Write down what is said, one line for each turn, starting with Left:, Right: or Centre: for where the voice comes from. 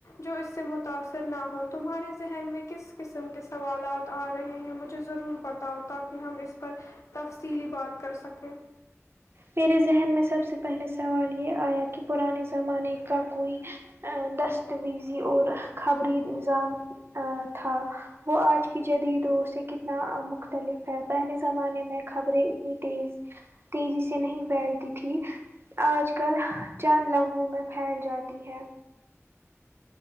Left: جو اس سے متاثر نہ ہو تمہارے ذہن میں کس قسم کے سوالات آ رہے ہیں مجھے ضرور بتاؤ تاکہ ہم اس پر تفصیلی بات کر سکیں
Right: میرے ذہن میں سب سے پہلے سوال یہ آیا کہ پرانے زمانے کا کوئی آ دسویزی اور خبری نظام آ تھا وہ آج کی جدید دور سے کتنا آ مختلف ہے پہلے زمانے میں خبریں اتنی تیز تیزی سے نہیں پھیلتی تھی آج کل چند لمحوں میں پھیل جاتی ہے